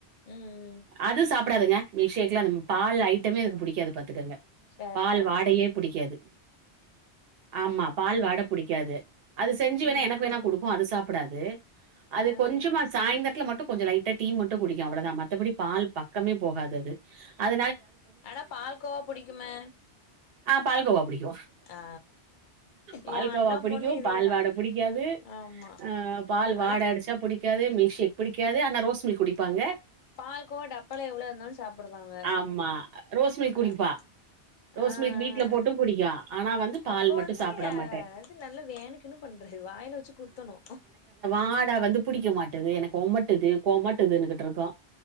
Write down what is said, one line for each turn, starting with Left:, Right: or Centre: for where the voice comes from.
Left: ம்
Right: அது சப் ப்படாதுங்க மில்க்ஷேக்ல அந்த பால் ஐட்டமே அதுக்கு புடிக்காது பாத்துக்கோங்க
Left: சரிதா
Right: பால் வாடையே புடிக்காது ஆமா பால் வாட புடிக்காது அது செஞ்சு வேணா
Left: ம்
Right: எனக்கு வேணா கொடுக்கு அது சாப் ப்படாது அது
Left: ஆ
Right: கொஞ்சமா
Left: ஆ
Right: சாயந்திரத்துல மட்டும் கொஞ்சம் லைட்டா டீ மட்டு குடிக்கு அவ்வளோ தா மத்தபடி பால் பக்கமே போகாது அது அத
Left: ஆனா பால்கோவா புடிக்குமே
Right: ஆ பால்கோவா புடிக்
Left: ஆ
Right: பால்கோவா
Left: ஏ அண்ணா
Right: புடிக்கு
Left: பொண்ணு இதேதா
Right: பால்வாட புடிக்காது
Left: ஆமா
Right: ஆஹ் பால்வாட
Left: ஆனா
Right: அடிச்சா <inaudible> புடிக்காது மீல்க் ஷேக் புடிக்காது ஆனா ரோஸ் மீ்ல்க் குடிப்பாங்க
Left: பால்கோவ டப்பால எவ்வளவு இருந்தாலு சாப்பிடுவாங்க
Right: ஆமா ரோஸ் மில்க் குடிப்பா
Left: அஹ்
Right: ரோஸ்
Left: ஆஹ்
Right: மில்க் வீட்ல போட்டு குடிக்கா ஆனா வந்து பால்
Left: அப்ப
Right: மட்டு
Left: வந்து
Right: சாப்ட
Left: அஹ்
Right: மாட்டே
Left: இது நல்ல வேனுக்குன்னு பண்றது வாயில வச்சு குத்தணு
Right: ஆட வந்து புடிக்க மாட்டது எனக்கு ஒமட்டுது கோமட்டுதுன்னுகிட்டு இருக்கு